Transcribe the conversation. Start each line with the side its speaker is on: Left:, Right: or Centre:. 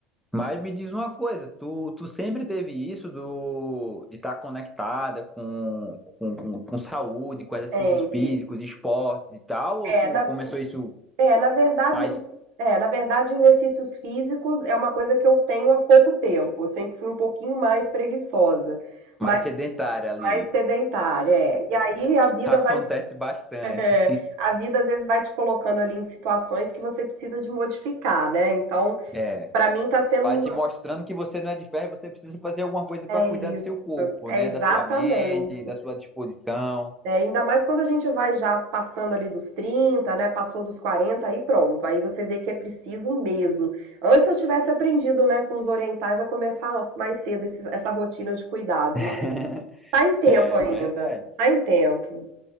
Centre: Mas me diz uma coisa, tu, tu sempre teve isso do de estar conectada com, com, com, com saúde, com exercícios
Right: Sempre.
Centre: físicos, esportes e tal, ou
Right: É,
Centre: tu
Right: na,
Centre: começou isso
Right: é, na verdade,
Centre: mais,
Right: es- é, na verdade, exercícios físicos é uma coisa que eu tenho há pouco tempo. Eu sempre fui um pouquinho mais preguiçosa, mas
Centre: mais sedentária ali?
Right: mais sedentária. é. E aí a vida
Centre: Acontece
Right: vai, <laughs>
Centre: bastante.
Right: é, a vida às vezes vai te colocando ali em situações que você precisa de modificar, né? Então,
Centre: É.
Right: para mim tá sendo,
Centre: Vai
Right: uma-
Centre: te mostrando que você não é de ferro, e você precisa fazer alguma coisa para
Right: é
Centre: cuidar
Right: isso,
Centre: do seu corpo,
Right: é
Centre: né?
Right: exatamente.
Centre: Da sua mente, da sua disposição.
Right: É, ainda mais quando a gente vai já passando ali dos 30, né? Passou dos 40 aí pronto. Aí você vê que é preciso mesmo. Antes eu tivesse aprendido, né, com os orientais a começar mais cedo esses- essa rotina de cuidados, mas
Centre: <laughs>
Right: tá em tempo
Centre: É
Right: ainda,
Centre: verdade.
Right: tá em tempo.